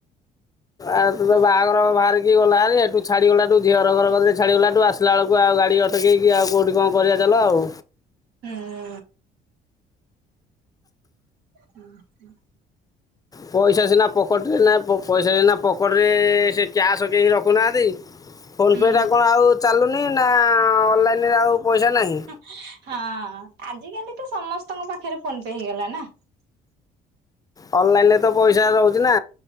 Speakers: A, on the left (about 20°); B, on the right (about 85°).
A: ଆଉ ତୁ ତ ବାହାଘର ବାହାରିକି ଗଲା ବେଳେ ଏଠୁ ଛାଡିଗଲା ଠୁ ଝିଅ ର ଘର ଛାଡିଗଲା ଟୁ ଆସ ଗଲାବେଳକୁ ଆଉ ଗାଡ଼ି ଅଟକେଇକି ଆଉ କଉଠିି କଣ କରିବା ଚାଲ ଆଉ।
B: ହୁଁ ହୁଁ ହୁଁ
A: ପଇସା ସିନା ପକେଟରେ ପଇସା ସିନା ପକେଟ ରେ ସେ କ୍ୟାସ କେହି ରଖୁନାହାନ୍ତି। ଫୋନ
B: ହୁଁ
A: ପେ ଟା କଣ ଆଉ ଚାଲୁନି ନା ଅନଲାଇନରେ ଆଉ ପଇସା ନାହିଁ।
B: ହଁ ଆଜିକାଲି ତ ସମସ୍ତଙ୍କ ପାଖରେ ଫୋନ ପେ ହେଇଗଲା ନା।
A: ଅନଲାଇନ ରେ ତ ପଇସା ରହୁଛି ନା